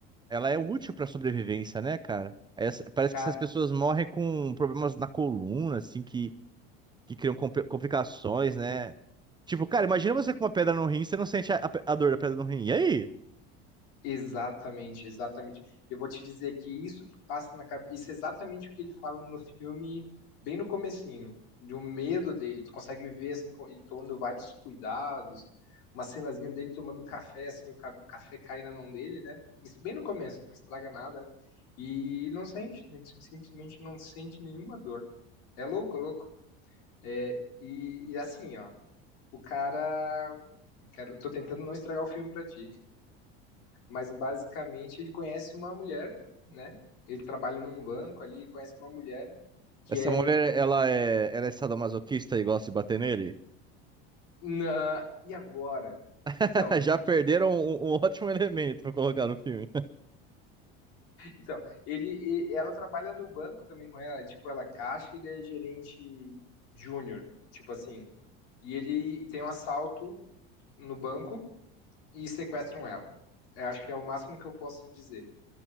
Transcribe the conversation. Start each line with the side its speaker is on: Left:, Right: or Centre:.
Right: Ela é útil para sobrevivência, né, cara? Essa- parece
Left: Cara,
Right: que essas pessoas morrem com problemas na coluna, assim, que, que criam compli- complicações, né? Tipo, cara, imagina você com uma pedra no rim, você não sente a, a a dor da pedra no rim. E aí?
Left: Exatamente, exatamente. Eu vou te dizer que isso que passa na cabeça, isso é exatamente o que ele fala no filme, bem no comecinho, do medo dele. Tu consegue ver assim, com- ele tomando vários cuidados, uma cenazinha dele tomando café, assim, o ca- café cai na mão dele, né? Isso bem no começo, não estraga nada, né? E ele não sente, ele simplesmente não sente nenhuma dor. É louco, é louco. É, e, e assim, ó, o cara, quero, tô tentando não estragar o filme pra ti mas basicamente ele conhece uma mulher, né? Ele trabalha num banco ali, ele conhece uma mulher que
Right: Essa
Left: é
Right: mulher, ela é, ela é sadomasoquista e gosta de bater nele?
Left: na... e agora?
Right: <laughs>
Left: Então,
Right: Já perderam um, um ótimo elemento para colocar no filme.
Left: então, ele, e- ela trabalha no banco também com ela, tipo, ela é caixa, e ele é gerente júnior, tipo assim. E ele e tem um assalto no banco e sequestram ela. Eu acho que é o máximo que eu posso dizer.